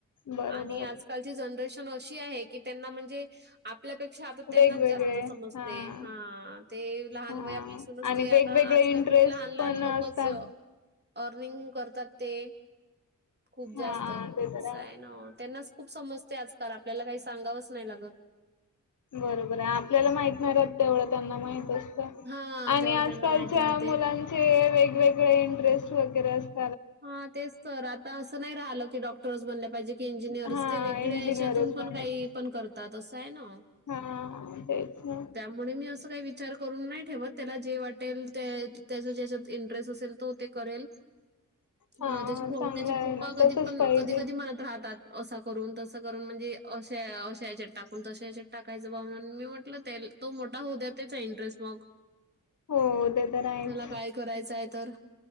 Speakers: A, on the left; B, on the right.
A: बरोबर
B: आणि आज कालची जनरेशन अशी आहे की त्यांना म्हणजे आपल्यापेक्षा आता त्यांनाच
A: वेगवेगळे
B: जास्त समजते
A: हां
B: हा. ते लहान
A: हां
B: वयापासूनच
A: आणि
B: ते
A: वेगवेगळे
B: आता आजकाल
A: इंटरेस्ट
B: किती? लहान लहान
A: पण
B: लोकच
A: असतात
B: अर्निंग करतात ते खूप जास्त
A: हां
B: असं
A: ते तर
B: आहे ना. त्यांनाच खूप समजते आजकाल आपल्याला काही सांगावंच नाही लागत.
A: बरोबर आहे आपल्याला माहित नाहीात तेवढं त्यांना माहितच.
B: हां,
A: आणि
B: तेवढं
A: आजकालच्या
B: त्यांना माहीत राहते.
A: मुलांचे वेगवेगळे इंटरेस्ट वगैरे असत.
B: हा तेच तर आता असं नाही राहिलं की डॉक्टर्स बनल्या पाहिजे की इंजिनियर्स
A: हा
B: ते वेगळे्या
A: इंजिनियरच
B: हच्यातून
A: बनायचं.
B: पण काही पण करतात असं आहे ना.
A: हा तेच ना.
B: म्हणून मी असं काही विचार करून नाही ठेवत त्याला जे वाटेल ते त्याच ज्याच्या इंटरेस्ट असेल तो ते करेल.
A: हा
B: ह त्याचे
A: चांगलं
B: त्याचे
A: आहे
B: पप्पा
A: ना
B: कधी
A: तसच
B: पण
A: पाहिजे.
B: कधी कधी म्हणत राहतात. असं करून तसं करून म्हणजे अशा अशा याच्यात टाकून तश याच्यात टाकायचं भाव मी तो मोठा होऊ द्या त्याचा इंटरेस्ट मग
A: हो ते तर आहेच.
B: त्याला काय करायचं आहे तर.